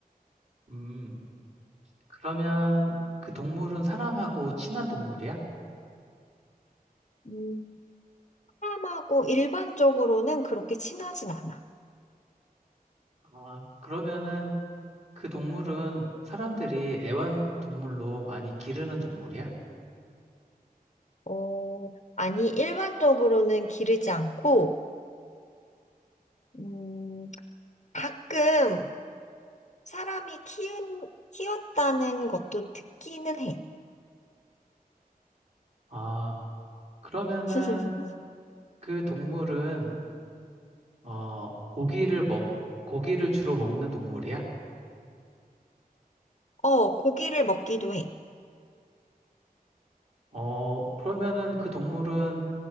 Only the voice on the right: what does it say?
음, 그러면 그 동물은 사람하고 친한 동물이야?
아, 그러면은 그 동물은 사람들이 애완동물로 많이 기르는 동물이야?
아, 그러면은
그 동물은 어, 고기를 먹, 고기를 주로 먹는 동물이야?
어, 그러면은 그 동물은